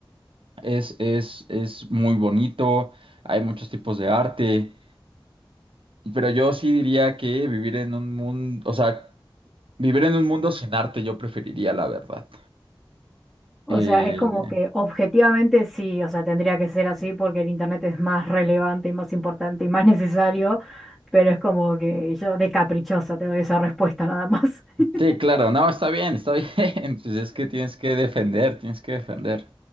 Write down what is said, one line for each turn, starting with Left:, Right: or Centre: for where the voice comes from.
Right: es, es, es muy bonito, hay muchos tipos de arte, Pero yo sí diría que vivir en un mundo, o sea, vivir en un mundo sin arte yo preferiría, la verdad.
Centre: O
Right: Eh,
Centre: sea, es como que objetivamente sí, o sea, tendría que ser así porque el internet es más relevante y más importante y más necesario, pero es como que yo de caprichosa te doy esa respuesta nada más. <laughs>
Right: sí, claro, no, está bien, está bien. <laughs> Pues es que tienes que defender, tienes que defender.